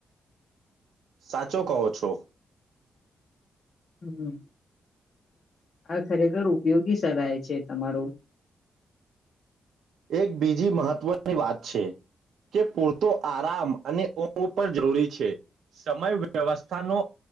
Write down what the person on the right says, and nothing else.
સાચો કહો છો
એક બીજી મહત્વની વાત છે કે પૂરતો આરામ અને ઉપર જરૂરી છે સમય વ્યવસ્થાનો